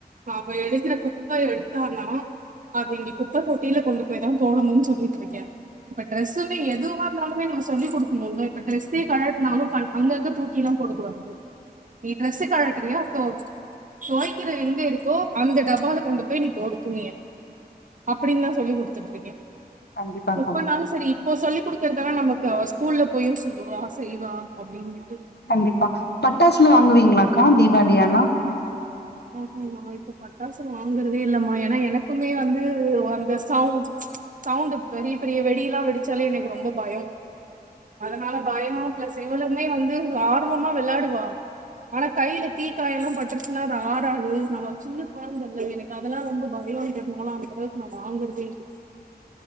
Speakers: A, on the right; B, on the left.
A: அவ எடுக்கிற குப்பை எடுத்தானா அத இங் குப்ப தொட்டில கொண்டு போய்தா போடணுன் சொல்லிட்ருக்கே இப்ப டிரெஸ்ஸுமே எதுவா இருந்தாலுமே நம்ம சொல்லி குடுக்கணு இல்ல இப்ப டிரெஸ்ஸே கழட்னாலு க அங்கங்க தூக்கில்லா போடக்கூடாது நீ ட்ரெஸ்ஸ கழட்றியா தொ தொவக்கிற எங்க இருக்கோ அந்த டப்பால கொண்டு போய் நீ போடு துணிய அப்டின்னுதா சொல்லி குடுத்துட்ருக்கே
B: கண்டிப்பாக்கா
A: எப்பனாலு சரி இப்போ சொல்லி குடுக்குறதான நமக் அவே ஸ்கூல்ல போயு சொல்லுவா செய்வா அப்டின் விட்டு
B: கண்டிப்பா பட்டாசுல வாங்குவீங்களாக்கா தீபாளியானா
A: ஆ நா இப்ப பட்டாசு வாங்குறதே இல்லம்மா ஏனா எனக்குமே வந்து அந்த சவுண்ட் சவுண்ட் பெரிய பெரிய வெடியல்லா வெடிச்சாலே எனக்கு ரொம்ப பயோ அதனால பயோ பிளஸ் எவ்வளவுமே வந்து ஆர்வமா வெளாடுவா ஆனா கையில தீக்காயல்லா பட்டுருச்சுன்னா தா ஆடாது நாம சின்ன கொழந்தல்ல எனக்கு அதெல்லா ரொம்ப பயோன்றதுனால அந்த அளவுக்கு நா வாங்கறதே இல்ல